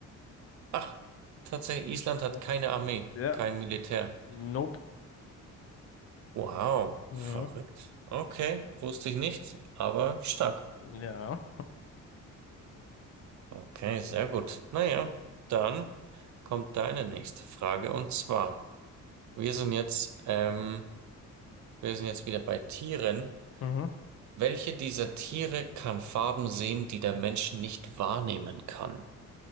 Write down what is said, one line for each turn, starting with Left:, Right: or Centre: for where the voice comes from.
Right: Ach, tatsächlich, Island hat
Left: Ja,
Right: keine Armee,
Left: ja,
Right: kein Militär.
Left: nope.
Right: Wow,
Left: Mhm.
Right: verrückt. Okay, wusste ich nicht, aber stark.
Left: Ja.
Right: Okay, sehr gut. Naja, dann kommt deine nächste Frage und zwar, wir sind jetzt, ähm, wir sind jetzt wieder bei Tieren.
Left: Mhm.
Right: Welche dieser Tiere kann Farben sehen, die der Mensch nicht wahrnehmen kann?